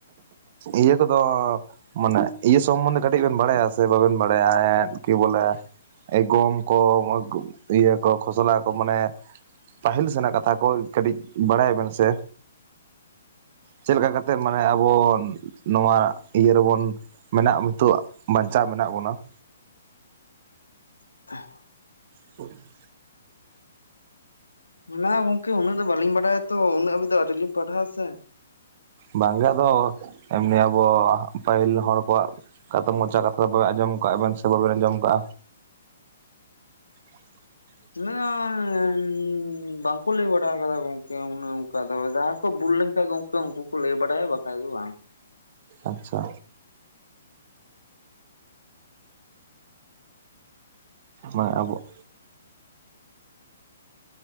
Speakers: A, on the right; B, on the left.
A: ᱤᱭᱟᱹ ᱠᱚᱫᱚ ᱢᱟᱱᱮ ᱤᱭᱟᱹ ᱥᱚᱢᱵᱚᱱᱫᱷᱮ ᱠᱟᱹᱴᱤᱡ ᱵᱮᱱ ᱵᱟᱲᱟᱭᱟ ᱥᱮ ᱵᱟᱵᱮᱱ ᱵᱟᱲᱟᱭᱟ? ᱠᱤ ᱵᱚᱞᱮ ᱮ ᱜᱚᱢ ᱠᱚ, ᱤᱭᱟᱹ ᱠᱚ ᱠᱷᱚᱥᱚᱞᱟ ᱠᱚ ᱢᱟᱱᱮ ᱯᱟᱹᱦᱤᱞ ᱥᱮᱱᱟᱜ ᱠᱟᱛᱷᱟ ᱠᱚ᱾ ᱠᱟᱹᱴᱤᱡ ᱵᱟᱲᱟᱭᱟ ᱵᱮᱱ ᱥᱮ? ᱪᱮᱫ ᱞᱮᱠᱟ ᱠᱟᱛᱮᱫ ᱢᱟᱱᱮ ᱟᱵᱚ ᱱᱚᱣᱟ ᱤᱭᱟᱹ ᱨᱮᱵᱚᱱ ᱢᱮᱱᱟᱜ ᱱᱤᱛᱚᱜ ᱵᱟᱧᱪᱟᱣ ᱢᱮᱱᱟᱜ ᱵᱚᱱᱟ ᱾
B: <inaudible>
A: <unintelligible>
B: ᱢᱟᱱᱮ ᱜᱚᱝᱠᱮ ᱩᱱᱟᱹᱜ ᱫᱚ ᱵᱟᱹᱞᱤᱧ ᱵᱟᱲᱟᱭᱟ ᱛᱚ ᱩᱱᱟᱹᱜ ᱦᱟᱹᱵᱤᱡ ᱫᱚ ᱟᱹᱣᱨᱤ ᱞᱤᱧ ᱯᱟᱰᱷᱟᱣ-ᱟ ᱥᱮ᱾
A: ᱵᱟᱝ ᱜᱮ ᱟᱫᱚ ᱮᱢᱱᱤ ᱟᱵᱚ, ᱯᱟᱹᱦᱤᱞ ᱦᱚᱲ ᱠᱚᱣᱟᱜ ᱠᱟᱛᱟ ᱢᱚᱪᱟ ᱠᱟᱛᱷᱟ ᱫᱚᱵᱮᱱ ᱟᱸᱡᱚᱢ ᱠᱟᱜ ᱵᱮᱱ ᱥᱮ ᱵᱟᱵᱮᱱ ᱟᱸᱡᱚᱢ ᱟᱠᱟᱜᱼᱟ᱾ <inaudible>
B: ᱦᱮᱸᱻ ᱵᱝᱟᱠᱚ ᱞᱟᱹᱭ ᱵᱟᱲᱟ ᱠᱟᱫᱟ ᱜᱚᱝᱠᱮ ᱩᱱᱟᱸᱜ ᱚᱱᱠᱟ ᱫᱚ ᱡᱟᱦᱟᱸ ᱠᱚ ᱵᱩᱞ ᱞᱮᱱ ᱠᱷᱟᱡ ᱜᱚᱝᱠᱮ ᱩᱱᱠᱩ ᱠᱚ ᱞᱟᱹᱭ ᱵᱟᱲᱟᱭᱟ ᱵᱟᱠᱷᱟᱡ ᱫᱚ ᱵᱟᱝ᱾
A: ᱟᱪᱪᱷᱟ᱾ ᱢᱟ ᱟᱵᱚᱜ,